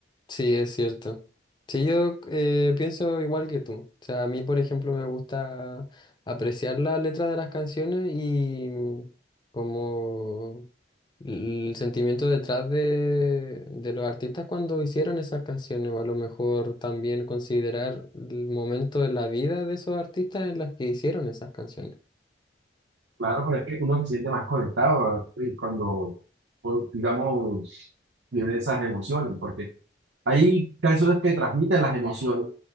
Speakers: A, on the left; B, on the right.
A: Sí, es cierto. Sí, yo eh, pienso igual que tú. O sea, a mí, por ejemplo, me gusta apreciar la letra de las canciones y mm, como el sentimiento detrás de, de los artistas cuando hicieron esas canciones, o a lo mejor también considerar el momento de la vida de esos artistas en las que hicieron esas canciones.
B: Claro, pero es que uno se siente más conectado eh, cuando, pues, digamos, vive esas emociones, porque hay canciones que transmiten las emociones